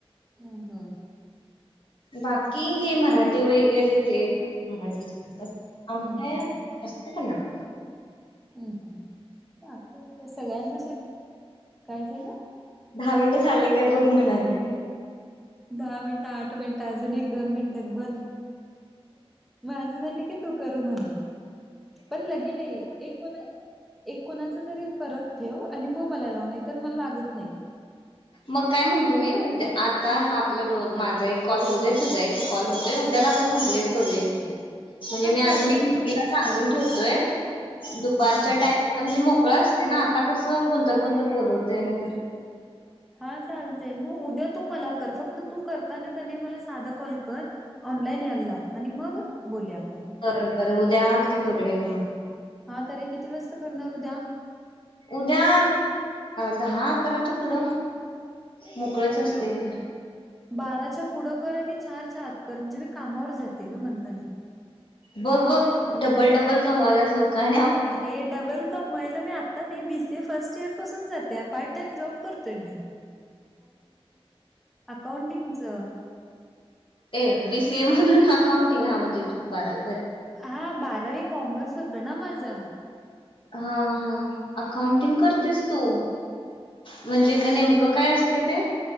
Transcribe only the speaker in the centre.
हम हम
हम्म हम्म
हम् हम् बाकी काय सगळ्यांनाच <unintelligible> काय झालं
दहा मिनिटं आठ मिनिटं अजून एक दोन मिनिटात बोल माझं झालं की तू करू म्हणेस पण लगे नाही एक कोण एक कोणाचा तरी फरक ठेव आणि मग मला लाव नाही तर मला लागत नाही
हा
चालतय
तू
हा
हा चालतेय मग उद्या तू मला कर फक्त तू करताना मला साधा कॉल कर ऑनलाईन यायला लाव आणि मग बोली आपण
हा तरी किती वाज करणार उद्या
हम्म,
बाराच्या पुढं कर आणि चारच्या आतकर म्हणजे मी कामावर जाते का म्हणत नाही
अरे डबल कमायला मी आ नाही बीसीए फर्स्ट इयर पासून जाते पार्ट टाइम जॉब करतोय मी अकाउंटिंगच
हा बारावी कॉमर्स होतं ना माझं